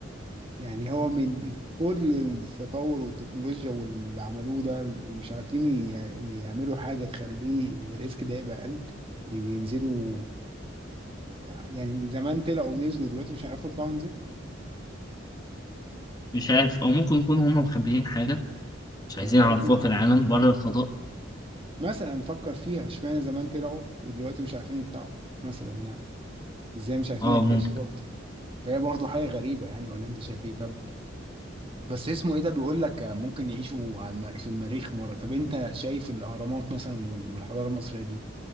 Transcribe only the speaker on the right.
يعني هو من كل التطور والتكنولوجيا واللي عملوه ده ومش عارفين ي- يعملوا حاجة تخليه الريسك ده يبقى اقل يبقى ينزلوا يعني زمان طلعوا ونزلوا دلوقتي مش هيعرفوا يطلعوا ينزلوا
ما
برضه
مثلا نفكر فيها اشمعنى زمان طلعوا ودلوقتي مش عارفين يطلعوا مثلا يعني ازاي مش عارفين
يكتشفوا
اكتر فهي برضه حاجة غريبة يعني ولا انت شايف ايه طب بس اسمه ايه ده بيقول لك ممكن يعيشوا على الم- في المريخ مرة طب انت شايف الاهرامات مثلا وال- والحضارة المصرية دي